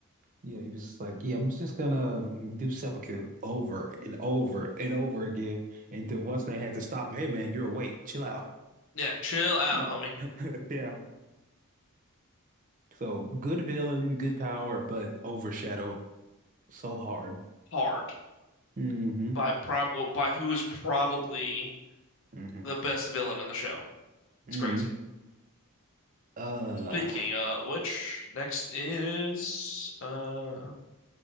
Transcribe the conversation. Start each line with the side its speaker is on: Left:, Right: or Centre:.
Right: yeah, he was like, yeah, I'm just gonna do seppuku over and over and over again. And then once they had to stop him, hey man, you're awake, chill out.
Left: Yeah, chill out,
Right: <laughs>
Left: homie.
Right: <laughs> Yeah. So good villain, good power, but overshadowed so hard.
Left: Hard
Right: hmm
Left: by prob well, by who is probably
Right: hmm
Left: the best villain in the show.
Right: hmm
Left: It's crazy.
Right: Uh,
Left: Speaking of which, next is uh